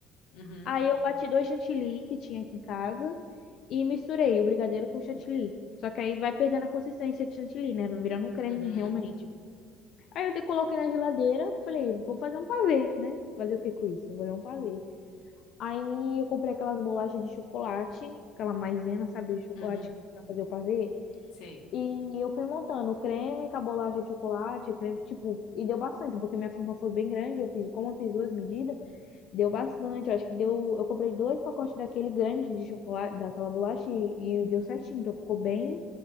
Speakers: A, on the left; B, on the left.
A: uhum,
B: Aí eu bati dois chantilly que tinha aqui em casa e misturei o brigadeiro com o chantilly. Só que aí vai perdendo a consistência de chantilly, né? Vai virando um creme
A: uhum,
B: realmente. Aí eu de- coloquei na geladeira, falei, vou fazer um pavê, né? Fazer o que com isso? Vou fazer um pavê. Aí eu comprei aquelas bolachas de chocolate, aquela maisena, sabe, de chocolate
A: uhum,
B: pra fazer o pavê.
A: sei.
B: E eu fui montando o creme com a bolacha de chocolate, o creme, tipo, e deu bastante, porque minha forma foi bem grande, eu fiz, como eu fiz duas medidas, Deu bastante, eu acho que deu. Eu comprei dois pacotes daquele grande de chocolate, daquela bolacha e, e deu certinho. Então ficou bem,